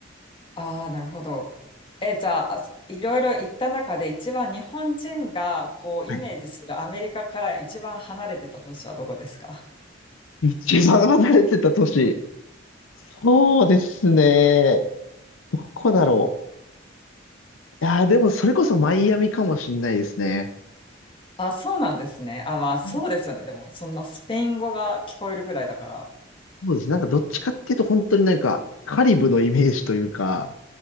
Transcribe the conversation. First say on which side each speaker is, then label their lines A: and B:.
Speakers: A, on the left; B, on the left.
A: ああ、なるほど。え、じゃあ、すいろいろ行った中で一番日本人がこうイメージするアメリカから一番離れてた都市はどこですか
B: はい一番離れてた都市。そうですね。どこだろう。いやー、でもそれこそマイアミかもしんないですね。
A: あ、そうなんですね。あ、まあそうですよね。
B: うん
A: でも、そんなスペイン語が聞こえるぐらいだから。
B: そうです。なんかどっちかっていうと本当になんかカリブのイメージというか、